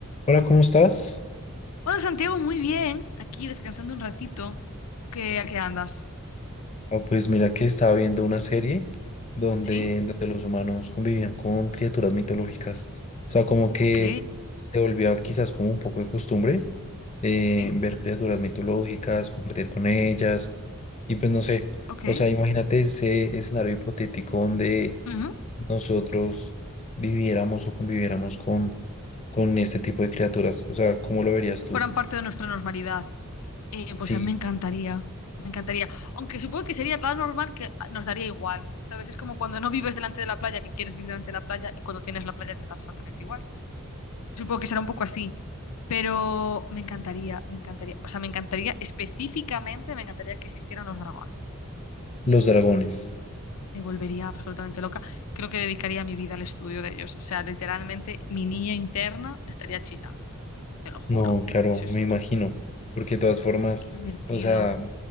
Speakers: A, on the left; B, on the left.
A: Hola, ¿cómo estás?
B: Hola Santiago, muy bien. Aquí descansando un ratito. ¿Tú qué, a qué andas?
A: Ah, pues mira que estaba viendo una serie donde,
B: ¿Sí?
A: donde los humanos convivían con criaturas mitológicas. O sea, como que
B: Ok.
A: se volvió quizás como un poco de costumbre eh,
B: ¿Sí?
A: ver criaturas mitológicas, compartir con ellas. Y pues no sé,
B: Ok.
A: o sea, imagínate ese escenario hipotético donde
B: Ujú.
A: nosotros viviéramos o conviviéramos con, con este tipo de criaturas. O sea, ¿cómo lo verías tú?
B: Fueran parte de nuestra normalidad. Eh,
A: Sí,
B: pues a mí me encantaría. Me encantaría. Aunque supongo que sería tan normal que nos daría igual. ¿Sabes? Es como cuando no vives delante de la playa, que quieres vivir delante de la playa y cuando tienes la playa te da absolutamente igual. Supongo que será un poco así. Pero me encantaría, me encantaría. O sea, me encantaría específicamente, me encantaría que existieran los dragones.
A: los dragones.
B: Me volvería absolutamente loca. Creo que dedicaría mi vida al estudio de ellos. O sea, literalmente mi niña interna estaría chillando. Te lo juro.
A: No, claro,
B: Sí,
A: me
B: sí,
A: imagino,
B: sí.
A: porque de todas formas,
B: Qué divertido.
A: o sea,